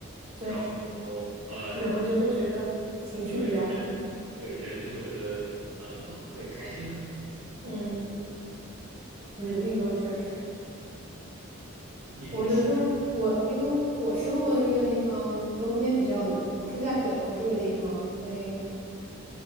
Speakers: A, on the right; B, on the right.
A: 对，
B: 然后嗯、
A: 人会就会觉得情绪比较好一点。
B: 呃对对，人就会觉得嗯、呃会开心很多。
A: 嗯。我觉得运动确实，
B: 你平时
A: 我有时候我因为我生活的这个地方冬天比较冷，我是在北欧这个地方，所以